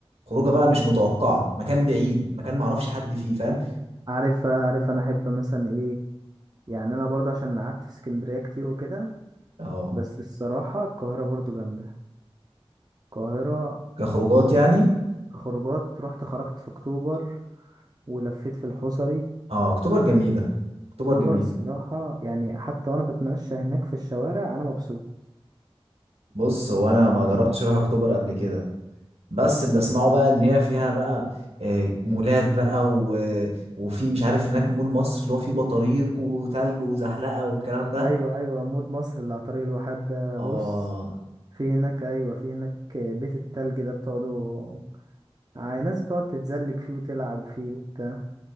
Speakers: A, on the right (about 80°); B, on the right (about 40°).
A: خروجه بقى مش متوقعه مكان بعيد مكان ما اعرفش حد فيه فاهم
B: عارف عارف انا احب مثلا ايه يعني انا برضه عشان قعدت في اسكندرية كتير وكده
A: اه
B: بس الصراحة القاهرة برضه جامدة القاهرة
A: كخروجات يعني
B: خروجات رحت خرجت في اكتوبر ولفيت في الحصري
A: اه اكتوبر جميله اكتوبر
B: اكتوبر
A: جميل
B: الصراحة يعني حتى وانا بتمشى هناك في الشوارع انا مبسوط
A: بص هو انا ما
B: انا
A: جربتش
B: مبسوط
A: اروح اكتوبر قبل كده بس اللي اسمعه بقى ان هي فيها بقى آه، مولات بقى و... وفي مش عارف هناك مول مصر اللي هو فيه بطاريق وتلج وزحلقه والكلام ده
B: ايوه ايوه مول مصر اللي على طريق الواحات ده
A: اه
B: بص في هناك ايوه في هناك بيت التلج ده بتقعدوا ع- ناس بتقعد تتزلج فيه وتلعب فيه وبتاع